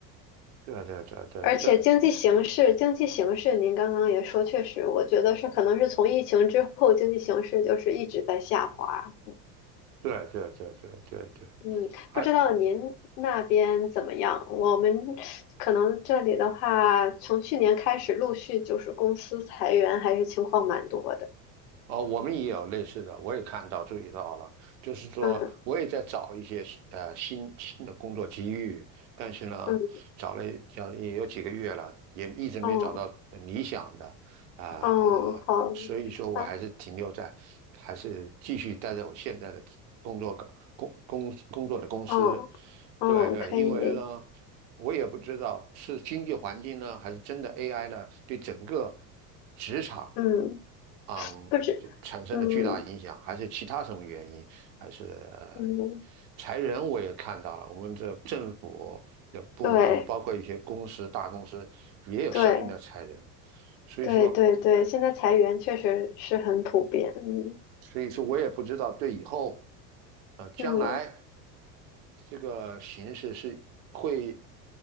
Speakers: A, on the right; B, on the left.
A: 对对对对，
B: 而且经济形势，
A: 这
B: 经济形势，您刚刚也说，确实，我觉得是可能是从疫情之后，经济形势就是一直在下滑。
A: 对对对对对对，
B: 嗯，
A: 还
B: 不知道您那边怎么样？我们可能这里的话，从去年开始陆续就是公司裁员，还是情况蛮多的。
A: 哦，我们也有类似的，我也看到注意到了，就是说我也在找一些呃新新的工作机遇，
B: 嗯
A: 但是呢，
B: 嗯
A: 找了找了也有几个月了，也一直没找到呃理想的啊、
B: 嗯嗯，好
A: 所以说我还是停留在，
B: 啊，
A: 还是继续待在我现在的工作岗工工工作的公司，
B: 嗯嗯，
A: 对对，
B: 可以理，
A: 因为呢，我也不知道是经济环境呢，还是真的 AI 呢对整个职场。
B: 嗯，
A: 嗯，
B: 不止，
A: 就产生了巨大影响，
B: 嗯
A: 还是其他什么原因？还是呃
B: 嗯，
A: 裁人我也看到了，我们这政府的部门，
B: 对
A: 包括一些公司、大公司也有相应的裁人，
B: 对。
A: 所以说，
B: 对对对，现在裁员确实是很普遍，嗯
A: 所以说我也不知道对以后，呃，将来
B: 嗯
A: 这个形势是会